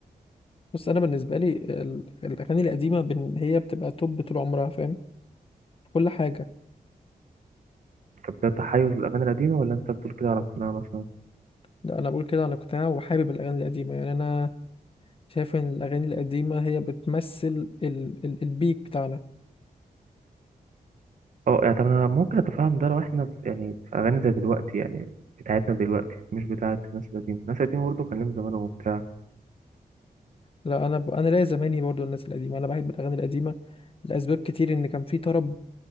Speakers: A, on the left (about 35°); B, on the right (about 60°).
A: بس انا بالنسبه لي ال- الاغاني القديمه بن- هي بتبقى توب طول عمرها فاهم في كل حاجه
B: طب ده تحيز للأغاني القديمة ولا أنت بتقول كده على اقتناع مثلا؟
A: ده انا بقول كده عن اقتناع وحابب الاغاني القديمه يعني انا شايف ان الاغاني القديمه هي بتمثل ال ال البيك بتاعنا
B: اه يعني طب أنا ممكن أتفهم ده لو إحنا في يعني في أغاني زي دلوقتي يعني بتاعتنا دلوقتي مش بتاعت الناس القديمة، الناس القديمة برضه كان لهم زمان وبتاع
A: لا انا ب... انا ليا زماني برضو الناس القديمه انا بحب الاغاني القديمه لاسباب كتير ان كان في طرب